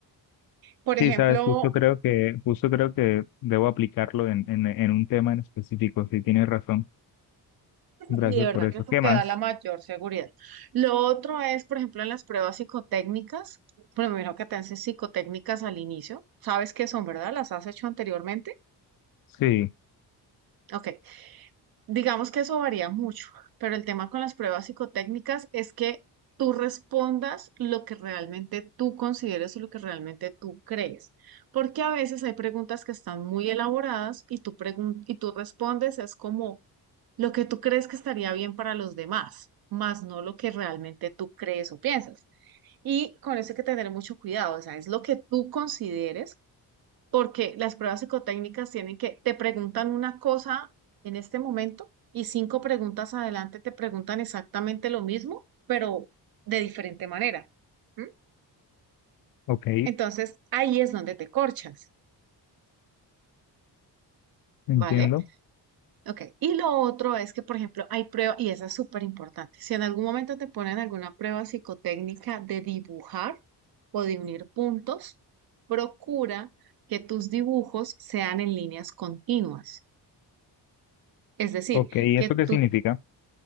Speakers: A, on the right; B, on the left.
A: Por
B: Sí,
A: ejemplo,
B: sabes, justo creo que, justo creo que debo aplicarlo en, en, en un tema en específico, sí, tienes razón. Gracias
A: y de verdad
B: por eso.
A: que eso
B: ¿Qué
A: te
B: más?
A: da la mayor seguridad. Lo otro es, por ejemplo, en las pruebas psicotécnicas, primero que te hacen psicotécnicas al inicio, ¿sabes qué son, verdad? ¿Las has hecho anteriormente?
B: Sí,
A: Ok. Digamos que eso varía mucho, pero el tema con las pruebas psicotécnicas es que tú respondas lo que realmente tú consideres o lo que realmente tú crees, porque a veces hay preguntas que están muy elaboradas y tú, pregun- y tú respondes es como lo que tú crees que estaría bien para los demás, más no lo que realmente tú crees o piensas. Y con eso hay que tener mucho cuidado, o sea, es lo que tú consideres porque las pruebas psicotécnicas tienen que, te preguntan una cosa en este momento y cinco preguntas adelante te preguntan exactamente lo mismo, pero de diferente manera. ¿m?
B: ok.
A: Entonces, ahí es donde te corchas,
B: Entiendo.
A: ¿vale? Ok. Y lo otro es que, por ejemplo, hay pruebas, y esa es súper importante, si en algún momento te ponen alguna prueba psicotécnica de dibujar o de unir puntos, procura que tus dibujos sean en líneas continuas. Es decir,
B: Ok, ¿y
A: que
B: eso qué
A: tú
B: significa?